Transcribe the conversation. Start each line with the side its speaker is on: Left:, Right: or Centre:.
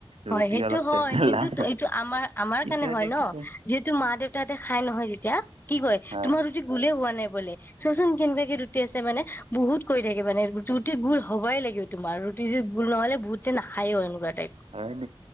Left: হয়
Right: ৰুটি
Left: সেইটো
Right: অলপ
Left: হয়
Right: চেপটা
Left: কিন্তু
Right: লাম
Left: এইটো আমাৰ আমাৰ
Right: কিছুমানে
Left: কাৰণে হয় ন
Right: কিছুমান
Left: যিহেতু মা দেউতাহতে খাই নহয়। যেতিয়া কি কয়
Right: হা
Left: তোমাৰ ৰুটি গোলে হোৱা নাই বোলে। চোৱাচোন কেনেকুৱাকে ৰুটি আছে মানে বহুত কৈ থাকে মানে ৰুটি গোল হবাই লাগে তোমাৰ ৰুটি। গোল নহলে বহুতে নাখায়ো এনেকুৱা টাইপ।
Right: হয়